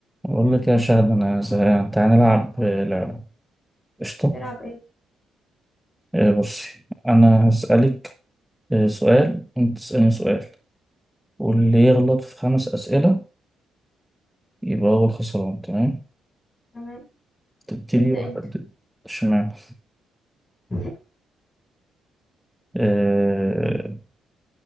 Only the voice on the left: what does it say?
نلعب ايه
تمام
ابدأ
انت
<laughs>